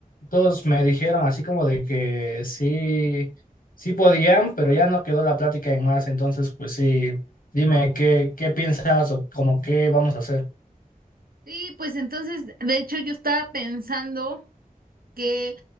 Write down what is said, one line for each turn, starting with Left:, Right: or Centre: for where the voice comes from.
Left: todos me dijeron así como de que sí, sí podían, pero ya no quedó la plática en más. Entonces pues sí, dime qué, qué piensas o como qué vamos a hacer.
Right: Y pues entonces, de hecho, yo estaba pensando que,